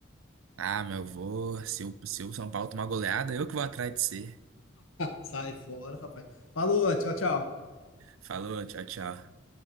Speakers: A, on the right; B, on the left.
A: Ah, meu, eu vou. Se o, se o São Paulo tomar goleada, eu que vou atrás de você.
B: Sai fora, rapaz. Falou, tchau, tchau.
A: Falou, tchau, tchau.